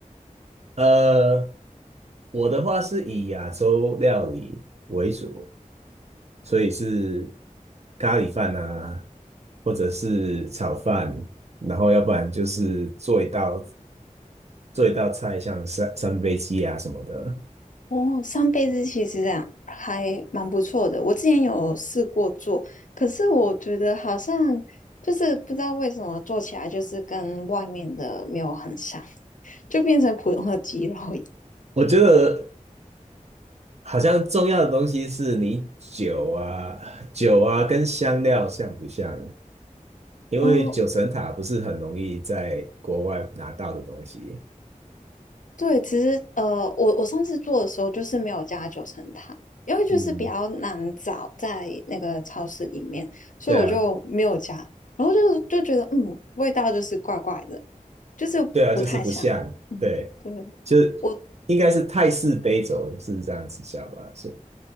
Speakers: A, on the right (about 50°); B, on the left (about 70°).
A: 呃，我的话是以亚洲料理为主，所以是咖喱饭啊，或者是炒饭，然后要不然就是做一道做一道菜，像三三杯鸡啊什么的。
B: 哦，上辈子其实啊还蛮不错的。我之前有试过做，可是我觉得好像就是不知道为什么做起来就是跟外面的没有很像，就变成普通的鸡肉一样。
A: 我觉得好像重要的东西是你酒啊酒啊跟香料像不像？因为九层塔不是很容易在国外拿到的东西。
B: 哦，对，其实呃，我我上次做的时候就是没有加九层塔，因为就是比较难找在那个超市里面，
A: 嗯，
B: 所以我就没有加。
A: 对啊，
B: 然后就就觉得嗯，味道就是怪怪的，就是不太像。
A: 对啊，就是不像，
B: 嗯，
A: 对，
B: 对，
A: 就是应该是泰式杯酒是这样子叫吧？
B: 我
A: 是